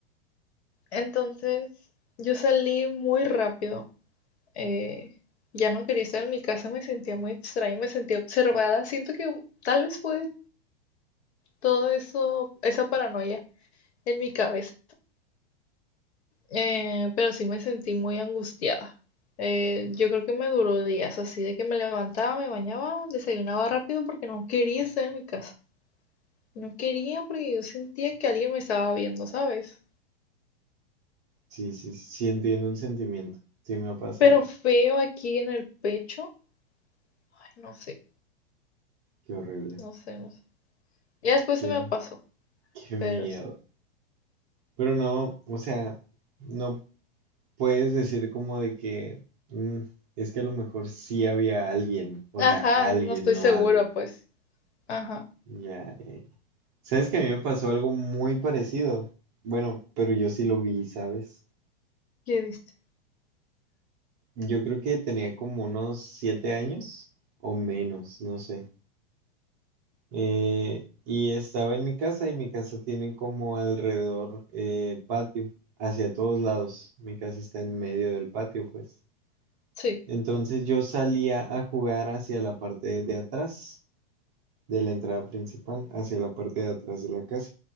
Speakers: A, on the left (about 85°); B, on the right (about 15°).
A: Entonces, yo salí muy rápido. eh, ya no quería estar en mi casa, me sentía muy extraña, me sentía observada. Siento que tal vez fue todo eso, esa paranoia en mi cabeza, eh, pero sí me sentí muy angustiada. Eh, yo creo que me duró días así de que me levantaba, me bañaba, desayunaba rápido porque no quería estar en mi casa. No quería porque yo sentía que alguien me estaba viendo, ¿sabes?
B: sí, sí, sí entiendo el sentimiento, sí me ha pasado,
A: Pero feo aquí en el pecho. Ay, no sé.
B: qué horrible,
A: No sé, no sé. Ya después
B: qué,
A: se me pasó,
B: qué miedo.
A: pero sí.
B: Pero no, o sea, no puedes decir como de que "Mm, es que a lo mejor sí había alguien, o
A: Ajá,
B: sea, alguien,
A: no estoy
B: no
A: segura,
B: algo.
A: pues. Ajá,
B: Ya, eh. ¿Sabes que a mí me pasó algo muy parecido? Bueno, pero yo sí lo vi, ¿sabes?
A: ¿qué viste?
B: Yo creo que tenía como unos siete años o menos, no sé. Eh, y estaba en mi casa y mi casa tiene como alrededor eh, patio, hacia todos lados. Mi casa está en medio del patio, pues.
A: Sí,
B: Entonces yo salía a jugar hacia la parte de atrás de la entrada principal, hacia la parte de atrás de la casa,